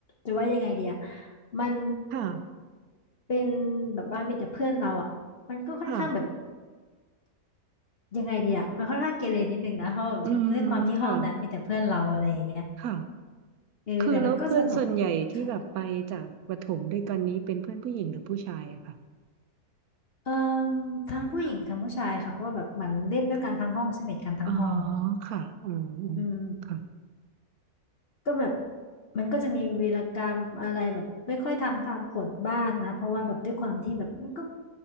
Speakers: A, on the left; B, on the right.
A: จะว่ายังไงเดีอะมัน
B: ค่ะ
A: เป็นแบบว่ามีแต่เพื่อนเราอ่ะมันก็ค่อนข้างแบบ
B: ค่ะ
A: ยังไงเดีอ่ะมันค่อนข้างเกเรนิดนึงนะเพราะว่ามันด้วยความที่ห้องนั้นมีแต่เพื่อนเราอะไรอย่างเงี้ย
B: อืมค่ะค่ะ
A: เออแต่มันก็สนุก
B: คือแล้วเพื่อนส่วนใหญ่ที่แบบไปจากประถมด้วยกันนี้เป็นเพื่อนผู้หญิงหรือผู้ชายอะค่ะ
A: ค่ะ เอ่อทั้งผู้หญิงทั้งผู้ชายค่ะเพราะว่าแบบมันเล่นด้วยกันทั้งห้องสนิทกันทั้งห้อง
B: อ๋อค่ะอืมอืม
A: อืม
B: ค่ะ
A: ก็แบบมันก็จะมีวีรกรรมอะไรแบบไม่ค่อยทำตามกฎบ้างนะเพราะว่าแบบด้วยความที่แบบมันก็